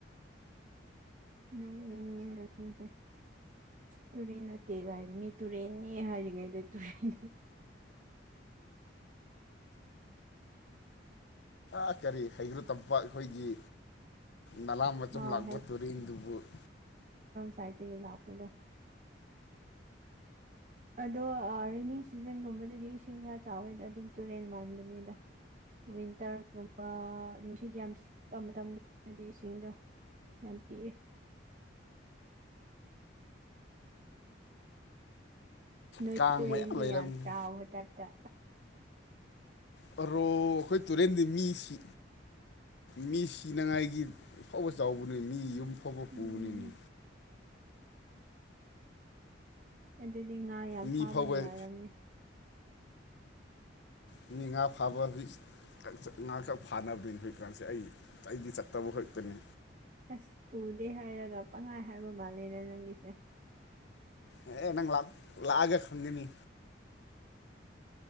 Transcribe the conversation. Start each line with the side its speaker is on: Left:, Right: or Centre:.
Right: ꯅꯪꯗꯁꯦ ꯇꯨꯔꯔꯤ ꯅꯠꯇꯦꯒꯥꯏꯔꯤ ꯃꯤ ꯇꯨꯔꯦꯟꯅꯤ ꯍꯥꯏꯔꯤꯉꯥꯏꯗ ꯇꯨꯔꯔꯤ
Left: ꯑ ꯀꯔꯤ ꯍꯩꯒ꯭ꯔꯨ ꯇꯝꯄꯥꯛ ꯑꯩꯈꯣꯏꯒꯤ ꯂ ꯃꯆꯨꯝ
Right: ꯍꯣꯏ
Left: ꯂꯥꯛꯄ ꯇꯔꯤꯟ ꯗꯨꯕꯔ
Right: ꯌꯥꯥꯏ ꯇꯂꯂ ꯑꯗꯣ ꯔꯦꯅꯤ ꯁꯤꯖꯟꯒꯨꯝꯕꯗꯗꯤ ꯏꯁꯤꯡ ꯈꯔ ꯆꯥꯎꯋꯦꯗ ꯑꯗꯨꯝ ꯇꯨꯔꯦꯟ ꯃꯥꯟꯕꯅꯤꯗ ꯋꯤꯟꯇꯔꯒꯨꯝꯕ ꯅꯨꯡꯁꯤꯠ ꯌꯥꯝ ꯁꯤꯠꯄ ꯃꯇꯝꯗꯗꯗꯤ ꯏꯁꯤꯡꯗꯣ ꯌꯥꯝꯇꯤꯑ ꯅꯣꯏ
Left: ꯀꯥꯡ
Right: ꯇꯨꯔꯦꯟꯗꯤ
Left: ꯃꯌꯥꯝ ꯂꯩꯔꯝꯅꯤ
Right: ꯌꯥꯝ ꯆꯥꯒ ꯇꯞꯗ
Left: ꯑꯣ ꯑꯩꯈꯣꯏ ꯇꯨꯔꯦꯟꯗꯤ ꯃꯤꯁꯤ ꯃꯤ ꯁꯤꯅꯉꯥꯏꯒꯤ ꯐꯥꯎꯕ ꯆꯥꯎꯕꯅꯤ ꯃꯤ ꯌꯨꯝ ꯐꯥꯎꯕ
Right: ꯎꯝ
Left: ꯄꯨꯕꯅꯤꯅꯤ
Right: ꯑꯗꯨꯗꯤ ꯉꯥ ꯌꯥꯝ
Left: ꯃꯤ
Right: ꯐꯥꯕ
Left: ꯐꯥꯎꯕ
Right: ꯅꯨꯡꯉꯥꯏꯔꯝꯅꯤ
Left: ꯃꯤꯅꯤꯉꯥ ꯐꯥꯕ ꯍ ꯉꯥ ꯈꯛ ꯐꯥꯅꯕꯅꯤꯅꯤ ꯍꯧꯖꯤꯛꯀꯥꯟꯁꯤꯦ ꯑꯩ ꯑꯩꯗꯤ ꯆꯠꯇꯕ ꯍꯦꯛꯇꯅꯤ
Right: ꯑꯁ ꯎꯗꯦ ꯍꯥꯏꯔꯒ ꯄꯪꯉꯥꯏ ꯍꯥꯏꯕ ꯃꯥꯜꯂꯦꯗ ꯅꯪꯒꯤꯁꯦ
Left: ꯑꯦ ꯑꯦ ꯅꯪ ꯂꯥꯛꯑꯒ ꯈꯪꯒꯅꯤ